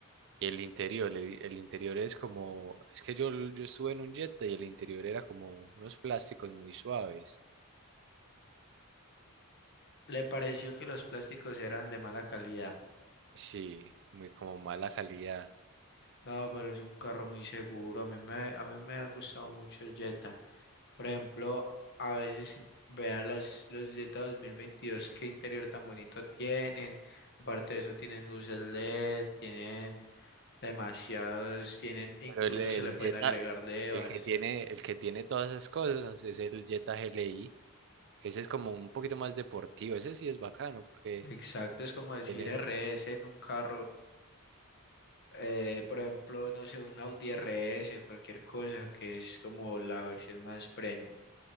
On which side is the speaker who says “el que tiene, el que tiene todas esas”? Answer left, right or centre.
Right